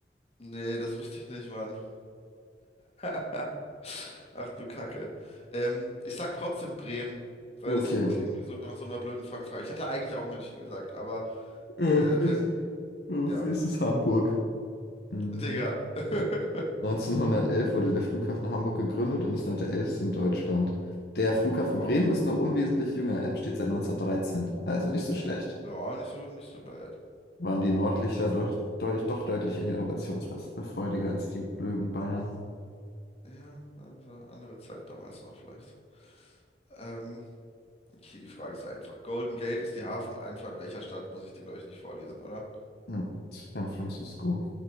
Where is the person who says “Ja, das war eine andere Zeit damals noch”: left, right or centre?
Left